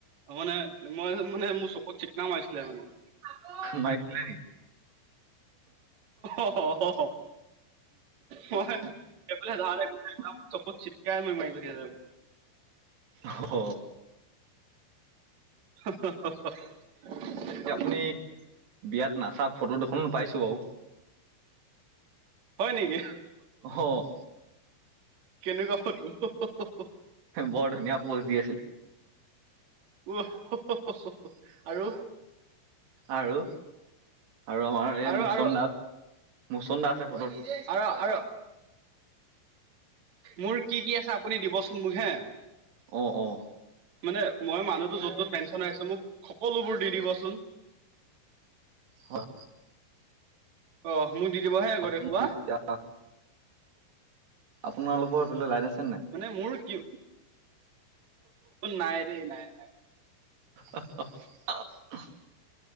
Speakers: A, on the right (about 40°); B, on the right (about 60°).
A: অ' মানে মই মানে মোৰ চকুত চিকনা মাৰিছিলে মানে অ'
B: মাৰিছিলে নি
A: অহ অহ হয়। হেফালে ধাতে চকুত চিটকায় মাই পঠাইছিলে মোৰ
B: হ হ
A: <inaudible>
B: আপুনি বিয়াত নাচা ফটো দুখোন পাইছো বাৰু
A: হয় নেকি
B: অহ
A: কেনেকুৱা ফটো অহ অহ
B: বৰ ধুনীয়া পোষ্ট দি আছিলে
A: উহ উহ উহ আৰু
B: আৰু আৰু আমাৰ এই
A: আৰু
B: মুচন
A: আৰু
B: দা মুচন দা আছে ফটোত
A: তই নিজেই আৰু আৰু মোৰ কি কি আছে আপুনি দিবচোন মোক হে
B: অ', অ'
A: মানে মই মানুহটো য'ত য'ত পেঞ্চন আহিছে মোক সকলোবোৰ দি দিবচোন
B: হয়
A: অ' মোক দি দিব হে
B: বাকী
A: গৈতে সোপা
B: এতিয়া আপোনালোকৰ হেফালে লাইন আছেনে
A: মানে মোৰ কি নাই দেই নাই নাই
B: আহ আহ